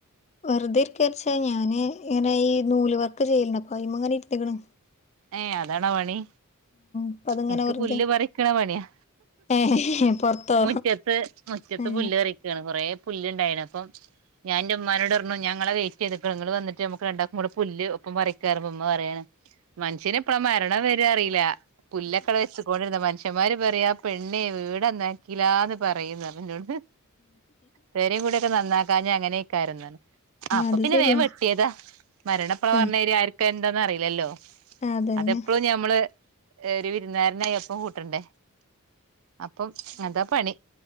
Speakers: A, on the left; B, on the right.
A: വെറുതെ ഇരിക്കെച്ച ഞാന് ഇങ്ങനെ ഈ നൂല് വർക്ക് ചെയ്യല്ണ്ട് അപ്പം അയിൻ മേ ഇങ്ങനെ ഇര്ന്ന്ക്ക്‌ണ്
B: ഏ അതാണോ പണി
A: അപ്പൊ അതിങ്ങനെ
B: എനിക്ക്
A: വെറുതെ
B: പുല്ല് പറിക്കണ പണിയാ
A: ഏ പൊറത്തോ
B: മുറ്റത്ത് മുറ്റത്ത്
A: ഏ
B: പുല്ല് പറിക്കുവയാണ് കൊറെ പുല്ല് ഇണ്ടായിന് അപ്പം ഞാൻന്റെ ഉമ്മനോട് പറഞ്ഞു ഞാൻ ഇങ്ങളെ വെയിറ്റ് ചെയ്തിക്കാണ് നിങ്ങള് വന്നട്ട് നമുക്ക് രണ്ടാക്കും കൂടെ പുല്ല് ഒപ്പം പറിക്ക പറയുമ്പോ ഉമ്മ പറയാണ് മനുഷ്യന് എപ്പഴാ മരണം വര്ക അറിയില്ല പുല്ലൊക്ക വെച്ചു <unintelligible> കൊണ്ടിരുന്ന മനു അച്ച്ചന്മാര് പറയാ പെണ്ണയെ വീടന്നാക്കില്ലാന്ന് പറയുന്നു പറഞ് പെരയും കൂടിയും ഒക്കെ നന്നാക്കാഞ്ഞ് അങ്ങനൊക്കെയായിരുന്നു അപ്പൊ
A: അത്
B: പിന്നെ
A: ശരിയാ
B: വേഗം വെട്ടിയതാ മരണയെപ്പം
A: ആ,
B: വരണെ എന്ന് ആ ർക്കു ഒന്നും അറിയില്ലല്ലോ
A: അതന്നെ
B: അതെപ്പോഴും ഞമ്മള് ഒരു വിരുന്നു കാരനായി ഒപ്പം കൂട്ടണ്ടേ അപ്പം അതാ പണി